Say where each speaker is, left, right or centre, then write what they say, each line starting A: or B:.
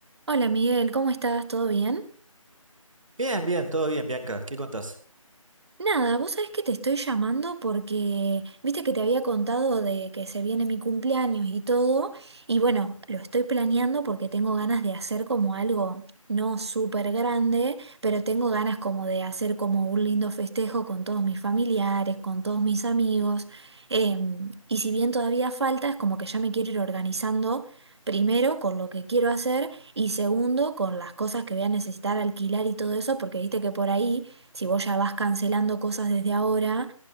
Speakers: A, on the right; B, on the right.
A: Hola Miguel, ¿cómo estás? ¿Todo bien?
B: Bien, bien, todo bien, Bianca. ¿Qué contás?
A: Nada, vos sabés que te estoy llamando porque viste que te había contado de que se viene mi cumpleaños y todo, y bueno, lo estoy planeando porque tengo ganas de hacer como algo no súper grande, pero tengo ganas como de hacer como un lindo festejo con todos mis familiares, con todos mis amigos, em, y si bien todavía falta, es como que ya me quiero ir organizando. Primero, con lo que quiero hacer y segundo, con las cosas que voy a necesitar alquilar y todo eso, porque viste que por ahí si vos ya vas cancelando cosas desde ahora,